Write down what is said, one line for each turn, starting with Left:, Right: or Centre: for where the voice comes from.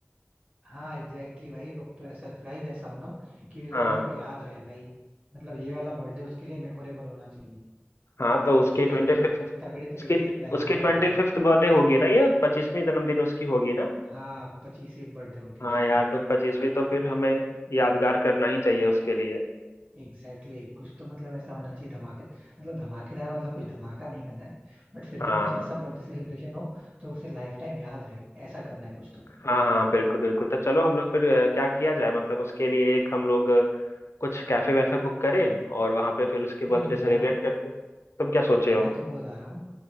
Right: हाँ एग्जैक्टली exactly भाई सरप्राइज ऐसा हो ना कि इस
Left: हाँ
Right: बार उसको याद रहे भाई मतलब ये वाला बर्थडे उसके लिए मेमोरेबल होना चाहिए
Left: हाँ तो उसके
Right: इसलिए
Left: ट्वेंटी
Right: एकदम
Left: फिफ्थ
Right: तगड़ी तरीके
Left: उसकी
Right: से प्लानिंग
Left: उसकी
Right: करते
Left: ट्वेंटी
Right: हैं
Left: फिफ्थ बर्थडे होगी ना ये पच्चीसवीं जन्मदिन उसकी होगी ना
Right: हाँ पच्चीसवीं बर्थडे होगी
Left: हाँ
Right: उसकी
Left: यार तो पच्चीसवीं तो फिर हमें यादगार करना ही चाहिए उसके लिए
Right: Exactly exactly. कुछ तो मतलब ऐसा होना चाहिए धमाके मतलब धमाकेदार मतलब कुछ धमाका नहीं करना है बट फिर
Left: हाँ
Right: भी कुछ ऐसा बर्थडे सेलिब्रेशन हो जो उसे लाइफ टाइम याद रहे ऐसा करना है कुछ तो
Left: हाँ हाँ बिल्कुल बिल्कुल तो चलो हम लोग फिर अ, क्या किया जाए मतलब उसके लिए एक हम लोग अ, कुछ कैफे वैफे बुक करें और वहां पे फिर उसके बर्थडे
Right: नहीं नहीं
Left: सेलिब्रेट
Right: मैं
Left: करते तुम क्या सोचे
Right: मैं
Left: हो
Right: तुमको बता रहा हूँ